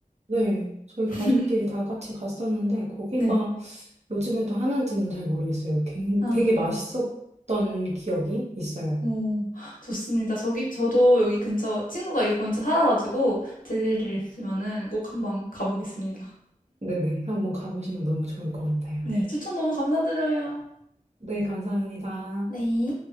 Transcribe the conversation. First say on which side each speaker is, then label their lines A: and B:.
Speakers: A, on the right (about 50°); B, on the left (about 75°).
A: 네. 저희
B: <laughs>
A: 가족끼리 다 같이 갔었는데, 거기가
B: 네.
A: 요즘에도 하는지는 잘 모르겠어요. 굉-
B: 아,
A: 되게 맛있었던 기억이 있어요.
B: 오, 좋습니다. 저기, 저도 여기 근처 친구가 이 근처 살아가지고 들릴 일 있으면은 꼭 한번 가보겠습니다.
A: 네네. 한번 가보시면 너무 좋을 것 같아요.
B: 네, 추천 너무 감사드려요.
A: 네, 감사합니다.
B: 네.